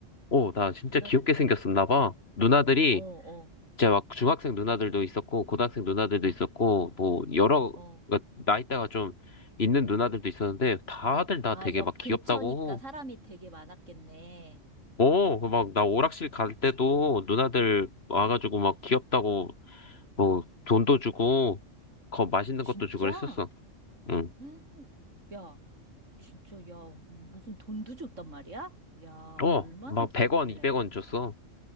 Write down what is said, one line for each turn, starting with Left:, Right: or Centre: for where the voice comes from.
Left: 오, 나 진짜
Right: 누나들이,
Left: 귀엽게 생겼었나 봐. 누나들이
Right: 어, 어,
Left: 진짜 막 중학생 누나들도 있었고 고등학생 누나들도 있었고 뭐 여러
Right: 어.
Left: 그 나이대가 좀 있는 누나들도 있었는데 다들 나
Right: 아,
Left: 되게
Right: 역
Left: 막
Right: 근처니까
Left: 귀엽다고
Right: 사람이 되게 많았겠네.
Left: 어, 그 막나 오락실 갈 때도 누나들 와가지고 막 귀엽다고 뭐 돈도 주고 거 맛있는
Right: 진짜?
Left: 것도 주고 그랬었어. 응.
Right: <gasps> 헉, 야, 진짜, 야, 무슨 돈도 줬단 말이야? 야,
Left: 어,
Right: 얼마나
Left: 막
Right: 귀엽길래.
Left: 100원, 200원 줬어.